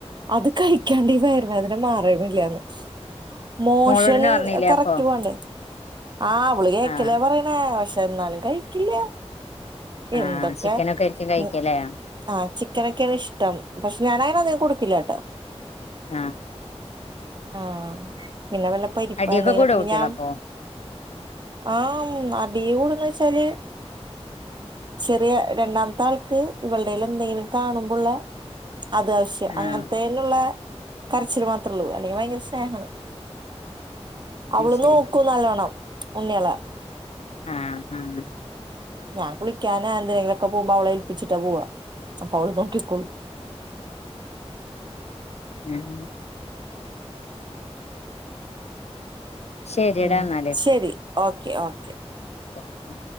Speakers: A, on the right; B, on the left.
A: അത്. കഴിക്കാണ്ട് ഈ വയർവേദന മാറെ വില്ലാന്ന് മോഷൻ
B: മോളോടന്നെ പറഞ്ഞില്ലേ
A: കറക്റ്റ്
B: അപ്പൊ
A: പോണ്ടേ. ആ അവൾ കേക്ക്അല്ലെ
B: ആഹ്
A: പറിയ്ണേ എന്നാലും കഴിക്കില്ല. എന്തൊക്കെ
B: ആഹ് ചിക്കനൊക്കെ ആയിരിക്കും കഴിക്കല്ലേ
A: ന്ന് ആ ചിക്കനൊക്കെയാണ് ഇഷ്ടം പക്ഷെ ഞാൻ അങ്ങനെ അതി കൊട്ക്കില്ലട്ടോ
B: ആ
A: ആ പിന്നെ വെള്ള പരിപ്പാ
B: അടിയൊക്കെ
A: എന്തെങ്കിലൊക്കെ
B: കൂടോ
A: ഇണ്ടെങ്കി
B: കുട്ടികള്
A: ഞാമ്
B: അപ്പൊ
A: ആമ് അ ടി കൂടോന്ന് ചോയിച്ചാൽ ചെറിയ രണ്ടാമത്തെ ആൾക്ക് ഇവൾടെൽ എന്തെങ്കിലും കാണുമ്പോ ഉള്ളെ അത് ആവശ്യം
B: ആഹ്
A: അങ്ങൻത്തേൻയുള്ളെ കരച്ചിൽ മാത്രം ഒള്ളു അല്ലെങ്കിൽ ഭയങ്കര സ്നേഹാണ്. അവൾ
B: ശരി
A: നോക്കും നല്ലോണ്ണം. ഉണ്ണിയേളെ
B: ആ ആ
A: ഞാൻ കുളിക്കാനാ എന്തിനെങ്കിലൊക്കെ പോകുമ്പോ അവളെ ഏൽപ്പിച്ചിട്ടാ പോവാ. അപ്പൊ അവൾ നോക്കിക്കോളും
B: ഉം ശരിയടാ
A: ഉം
B: എന്നാല്
A: ശരി ഓക്കെ ഓക്കെ
B: ഉം